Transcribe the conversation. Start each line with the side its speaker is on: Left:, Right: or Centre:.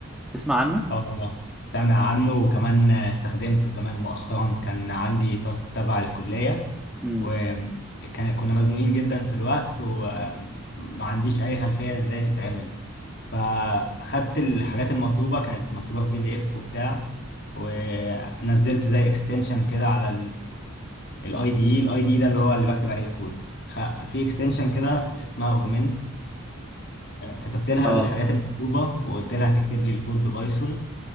Centre: تسمع عنه
Left: اه سامع عنه وكمان استخدمته كمان مؤخرا كان عندي تاسك تبع الكلية
Centre: امم
Left: وكان كنا مزنوقين جدا في الوقت وما عنديش اي خلفية ازاي تتعمل فاخدت الحاجات المطلوبة كانت مكتوبة في بي دي اف وبتاع ونزلت زي اكستنشن كده على الاي دي اي الاي دي ده اللي هو اللي بكتب عليه الكود خ- في اكستنشن كده اسمها اوجمنت كتبت لها
Centre: اه
Left: الحاجات المطلوبة وقلت لها تكتب لي الكود ببايثون